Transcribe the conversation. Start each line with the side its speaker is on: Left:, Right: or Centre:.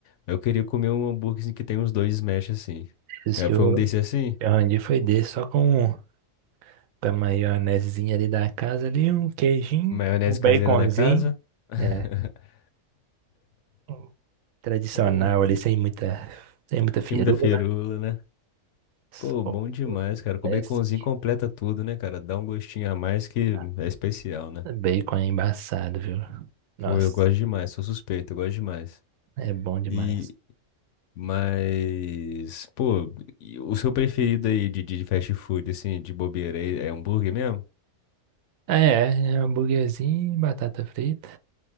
Left: Eu queria comer um hambúrguer assim, que tem uns dois smash, assim.
Right: Isso
Left: É,
Right: que
Left: foi
Right: eu,
Left: um desse assim?
Right: que eu arranjei foi desse, só com, um, com a maionezinha ali da casa ali, um queijinho,
Left: Maionese
Right: um baconzinho.
Left: caseira da casa? <laughs>
Right: É. um Tradicional
Left: Pô,
Right: ali, sem muita, sem muita firula.
Left: sem muita firula, né?
Right: Só
Left: Pô, bom demais,
Right: o
Left: cara. Com
Right: leste.
Left: baconzinho completa tudo, né, cara? Dá um gostinho a mais que
Right: Nada.
Left: é especial, né?
Right: Bacon é embaçado, viu? Nossa,
Left: Pô, eu gosto demais, sou suspeito, eu gosto demais.
Right: é bom demais.
Left: E, mas, pô, e o seu preferido aí de, de fast food, assim, de bobeira, é é hambúrguer mesmo?
Right: Ah, É, é hambúrguerzinho, batata frita.